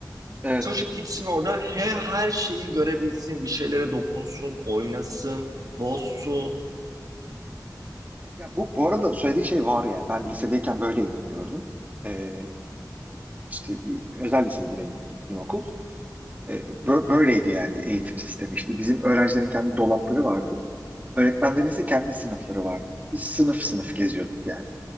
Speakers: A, on the right (about 20°); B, on the right (about 55°).
A: Evet.
B: Çocuk gitsin orada he her şeyi görebilsin, bir şeylere dokunsun, oynasın, bozsun.
A: Ya bu bu arada söylediğin şey var yani. Ben lisedeyken böyle eğitim gördüm. Ee, işte bir özel liseydi benim gittiğim okul. Ee, bö- böyleydi yani eğitim sistemi. işte. bizim öğrencilerin kendi dolapları vardı. Öğretmenlerin ise kendi sınıfları vardı. Biz sınıf sınıf geziyorduk yani.